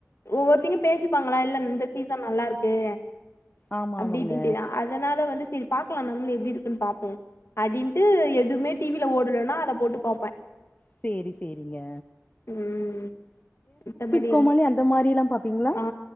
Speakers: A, on the left (about 55°); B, on the left (about 30°).
A: ஒவ்வொருத்திங்க பேசிப்பாங்களா இல்ல இந்த சீசன் நல்லா இருக்கு
B: ஆமா
A: அப்டி
B: ஆமாங்க
A: இப்டி இப்டிதா அதனால வந்து சேரி பாக்கலா நம்ளு எப்டி இருக்குன்னு பாப்போ அப்டின்டு எதுவுமே டிவியில ஓடலன்னா அத போட்டு பாப்ப
B: செரி செரிங்க
A: உம் மித்தபடியில்ல
B: கோமாளி அந்த மாரிலா பாப்பீங்ளா
A: ஆ